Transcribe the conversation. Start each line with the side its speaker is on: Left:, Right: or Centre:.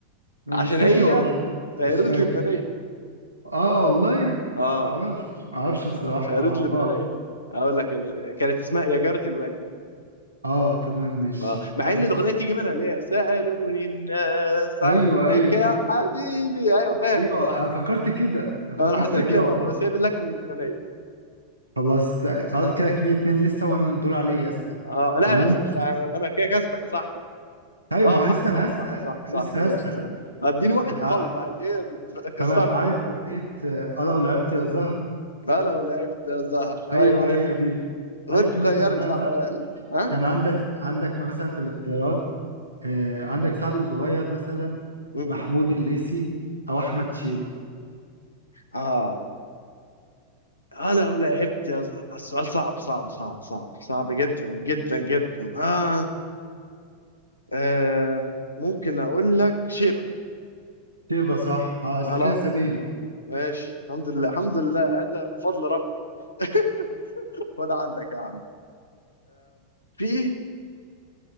Right: مش
Left: عشان
Right: فاكر
Left: هي
Right: والله
Left: فيروز
Right: مش فاكر
Left: لبنانية
Right: اه والله
Left: اه
Right: ما اعرفش ما اعرفش
Left: اه
Right: بصراحة
Left: فيروز
Right: ما اعرفهاش
Left: لبنانية اقول لك ال... كانت اسمها يا جارة الوادي
Right: اه تمام ماشي
Left: اه مع ان
Right: ماشي
Left: الاغنية تيجي منها اللي هي سألوني الناس عنك
Right: ايوه ايوه
Left: يا حبيبي ايوه فاهم
Right: ايوه
Left: والله
Right: انا فكرت كده انا فكرتها
Left: انا حسيت
Right: كده
Left: كده برضه
Right: والله
Left: بس هي باللكنة اللبنانية
Right: خلاص ت- خلاص كده اتنين اتنين لسه وانا الدور عليه يسأل
Left: اه لا
Right: تمام
Left: يا باشا انا سع- انا كده كسبك يا صاحبي
Right: طيب
Left: اه
Right: ما هو
Left: صح
Right: لسه
Left: صح
Right: انا هسأل
Left: صح صح صح
Right: انا لسه
Left: ماشي
Right: هسأل
Left: سهل اديني واحد
Right: ع-
Left: قوي بقى ايه بت- كسرني
Right: تمام عارف
Left: دلوقتي
Right: اغنية آه، انا ولعبت يا زهر
Left: انا ولعبت زهر
Right: ايوه
Left: ايوه عارفها
Right: هي دي
Left: وانت
Right: عارف مين
Left: غيرت
Right: اللي غناها
Left: الاحوال
Right: بقى
Left: ها
Right: كان عندك عندك مثلا في الاختيارات آه، عندك سعد الصغير مثلا
Left: مم.
Right: محمود الليثي او احمد شيبة
Left: اه انا ولعبت يا زهر السؤال صعب صعب صعب صعب صعب جدا جدا جدا اه, آه. ممكن اقول لك شيبه
Right: شيبة صح اه انت
Left: على
Right: كده
Left: وضع
Right: سابين
Left: ماشي الحمد لله الحمد لله هذا من فضل ربي <laughs> خد عندك يا عم في